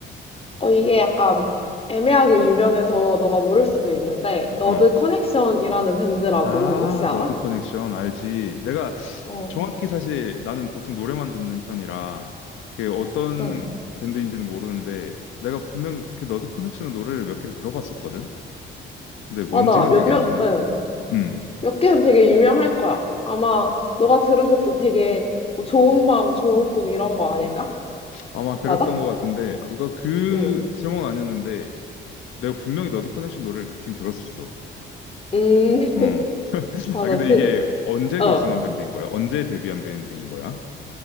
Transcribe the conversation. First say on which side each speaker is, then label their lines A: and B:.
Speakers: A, on the left; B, on the left.
A: 어, 이게 약간 애매하게 유명해서 너가 모를 수도 있는데, 너드
B: 어.
A: 커넥션이라는 밴드라고
B: 아,
A: 혹시 알아?
B: 너드 커넥션 알지. 내가
A: 어,
B: 정확히 사실 나는 보통 노래만 듣는 편이라 그 어떤
A: 응.
B: 밴드인지는 모르는데 내가 분명 그 너드 커넥션의 노래를 몇 개를 들어봤었거든. 근데 뭔지가
A: 맞아. 몇몇,
B: 기억이 안 나네.
A: 응.
B: 음.
A: 몇 개는 되게 유명할 거야. 아마 너가 들은 것도 되게 뭐 좋은 밤, 좋은 꿈 이런 거 아닐까?
B: 아마 그랬던
A: 맞아?
B: 것 같은데, 어, 그그
A: 응.
B: 제목은 아니었는데, 내가 분명히 너드 커넥션 노래를 듣긴 들었었어.
A: 음, <laughs>
B: 어. <laughs>
A: 맞아.
B: 아, 근데
A: 그,
B: 이게 언제
A: 어.
B: 결성한 밴드인 거야? 언제 데뷔한 밴드인 거야?